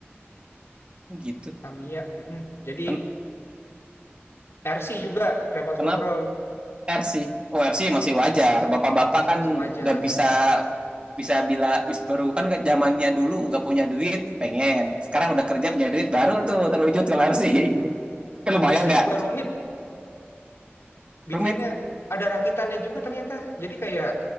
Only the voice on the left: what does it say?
Tamiya. mm-mm. Jadi
RC juga remote
control,
RC
masih wajar.
RC
juga rumit bikinnya,
ada rakitannya juga ternyata. Jadi kayak